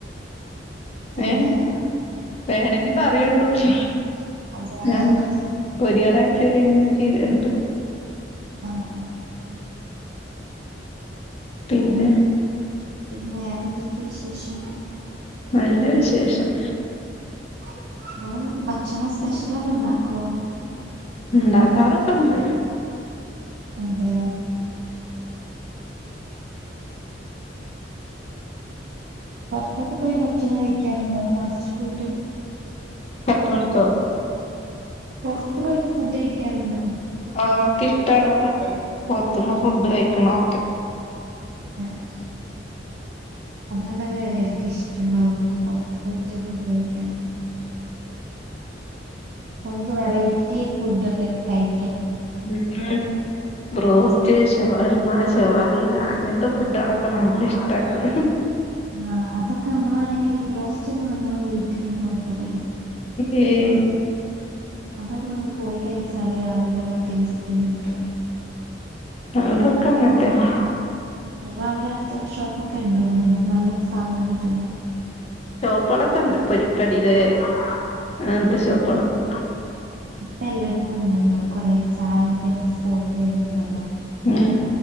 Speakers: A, on the right (about 60°); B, on the left (about 35°).
A: എങ്ങനെ?
B: ഏഹ് വേണെങ്കി പറയുണ്ടൂന്ന്
A: അതെ
B: ഞാൻ
A: ഓക്കെ
B: കൊരിയർ <unintelligible> ചെയ്തരണ്ട്
A: ആഹ് അഹ്
B: പിന്നെ
A: വേറൊന്തൊക്കെയാ വിശേഷം
B: നല്ല വിശേഷം.
A: <unintelligible> ഭക്ഷണം സ്പെഷ്യലൊക്കെ ഇണ്ടാക്കോ?
B: ഇണ്ടാക്കാറൊക്കെണ്ട്.
A: അതെ. പൊറത്തൊക്കെ പോയി ഭക്ഷണം കഴിക്കാറുണ്ടോ ഫാസ്റ്റ് ഫുഡ്?
B: പത്ത് മണിക്കോ?
A: പുറത്ത് പോയി ഫുഡ് കഴിക്കാറുണ്ടോ?
B: ആഹ് ഇക്കിഷ്ടാണ് <inaudible> പൊറത്തുന്ന് ഫുഡ് കഴിക്കണോ
A: ഉം ഉം അതാണല്ലോ എല്ലാരിക്കും ഇഷ്ടുണ്ടാവാപ്പൊ. പുറത്ത് പോയിട്ട് ഫുഡ് കഴിക്കാന് പ്പ നമുക്ക് വെറൈ റ്റി ഫുഡൊക്കെ കഴി
B: ഉം ബ്രോസ്റ്റ്, ഷവർമ, ഷവായ, അങ്ങനത്തെ ഫുഡുകളൊക്കെ നല്ല ഇഷ്ടാക്കും.
A: ആഹ് അതൊക്കെ നമ്മളാണെങ്കിൽ ബ്രോസ്റ്റ് ഒന്ന് നമ്മള് വീട്ടിൽ ഉണ്ടാക്കിറ
B: ഏയ്.
A: അതൊക്കെ നമ്മൾ പോയി കഴിച്ചാലേ അതിന്റെ ആ ഒരു ടേസ്റ്റ് കിട്ടുള്ളു.
B: ആഹ് അതൊക്കെങ്ങനെത്തന്നെ.
A: നിങ്ങവിടെ അടുത്തൊക്കെ ഷോപ്പൊക്കെണ്ടോ ഇങ്ങനെത്തെ നല്ല സാധനം കിട്ടുന്നേ?
B: ഷോപ്പുകളൊക്കെണ്ട് പൊരിക്കടീടെ അങ്ങനെത്തെ ഷോപ്പുകളുണ്ട്.
A: ഇപ്പെല്ലാടിത്തും ഉണ്ടല്ലോ കൊറെ ചായന്റൊക്കെ സ്പോർട്ട് വരുന്നുണ്ടല്ലോ.
B: ഉം